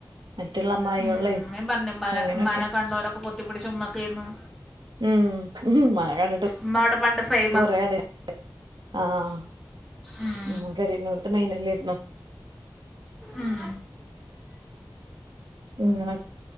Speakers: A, on the right; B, in the centre.
A: മറ്റുള്ള അമ്മായികളേം
B: ഉം ഉമ്മേം പറഞ്ഞു ഇമ്മാനെ
A: അങ്ങനൊക്കെ
B: ഇമ്മാനെ കണ്ടോരൊക്കെ പൊത്തിപ്പിടിച്ച് ഉമ്മക്കേന്ന്
A: ഉം ഉമ്മാനെ കണ്ടിട്ട്
B: ഉമ്മ അവിടെ പണ്ട് ഫെയ്
A: കൊറെ കാലാ <inaudible> ആഹ്
B: ഉം
A: ഉമ്മ <unintelligible> ത്ത മെയിനല്ലായിരുന്നോ
B: ഉം
A: ഇങ്ങന